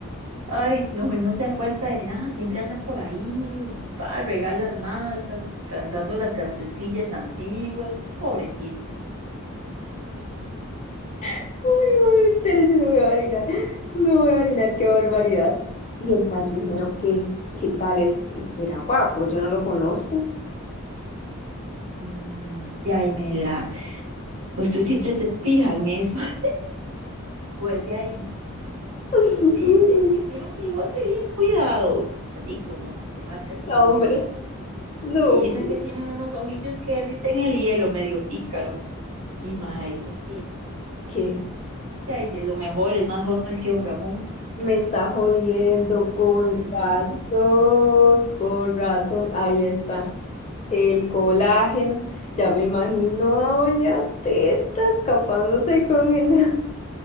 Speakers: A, on the right; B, on the left.
A: Ay, no, él no se da cuenta de nada, siempre anda por ahí, va a regar las matas, cantando las cancioncillas antiguas, pobrecito.
B: Ay, ay, espérense, me voy a orinar, me voy a orinar, qué barbaridad. ¿Y el jardinero qué? ¿Qué tal es? ¿Será guapo? Yo no lo conozco.
A: Mm, de ahí, Mela, usted siempre se pija en eso. <laughs> Pues de ahí,
B: <laughs>
A: dicen que tiene un bigote bien cuidado, así como que se marca siempre,
B: No, hombre,
A: y, y-
B: no,
A: y
B: hombre.
A: dicen que tiene unos ojillos que derriten el hielo, medio pícaro. Y mae, viene que
B: ¿Qué?
A: Ya, y de lo mejor, es más joven que don Ramón.
B: Me está jodiendo con
A: Ujú.
B: razón, con razón. Ahí está. El colágeno. Ya me imagino a Doña Teta escapándose con él,